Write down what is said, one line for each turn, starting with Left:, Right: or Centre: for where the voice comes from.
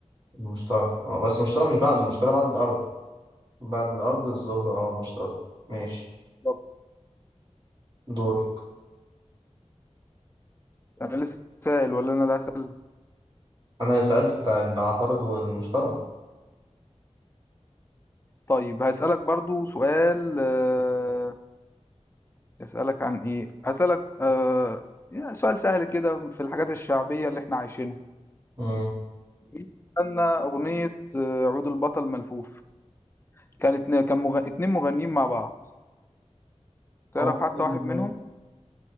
Right: المشتري آه، بس المشتري مش بعد المشتري بعد الأرض بعد الأرض الزهرة أه المشتري ماشي
Left: بالظبط.
Right: دورك
Left: أنا لسه سائل ولا أنا اللي هسأل؟
Right: أنا اللي سألت بتاع العطارد والمشتري
Left: طيب هسألك برضو سؤال آه، أسألك عن إيه؟ أسألك آه يعني سؤال سهل كده في الحاجات الشعبية اللي إحنا عايشينها
Right: مم.
Left: مين غنى أغنية آه، عود البطل ملفوف كانت كان مغ... اتنين مغنيين مع بعض تعرف
Right: عمر
Left: حتى
Right: ال-
Left: واحد منهم؟